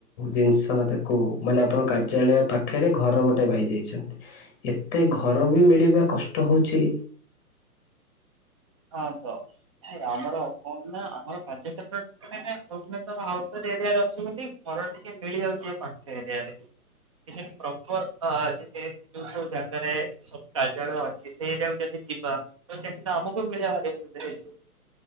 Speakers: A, on the left; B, on the right.
A: ଜିନିଷ ତାକୁ ମାନେ ଆପଣ କାର୍ଯ୍ୟାଳୟ ପାଖରେ ଘର ଗୋଟେ ପାଇଯାଇଛନ୍ତି। ଏତେ ଘର ବି ମିଳିବା କଷ୍ଟ ହଉଛି।
B: ହଁ ତ। ନାଇଁ ଆମର ଅପର ନା ଆମର କାର୍ଯ୍ୟ କ୍ଷେତ୍ର ମାନେ ଭୁବନେଶ୍ୱର ଆଉଟର ଏରିଆରେ ଅଛି ବୋଲି ମୋର ଟିକେ ମିଳିଯାଉଛି ଏ ପାଖ ଏରିଆରେ। ଏ ପ୍ରପର ଯିବେ ଏ ସବୁ ଜାଗାରେ ସବୁ କାର୍ୟାଳୟ ଅଛି ସେଟାକୁ ଯଦି ଯିବା ତ ସେଠି ତ ଆମକୁ ମିଳିବାର ସୁବିଧା ହେଇଯିବ।